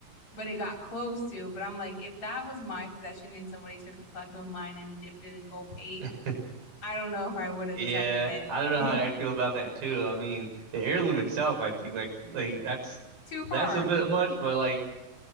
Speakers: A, on the left (about 45°); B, on the right (about 75°).
A: but it got close to. But I'm like, if that was my possession and somebody took a collectible of mine and dipped it in gold paint,
B: <laughs>
A: I don't know if I would have
B: Yeah,
A: accepted it.
B: I don't know
A: <laughs>
B: how I feel about that too. I mean, the heirloom itself, I think like like that's
A: Too far.
B: that's a bit much, but like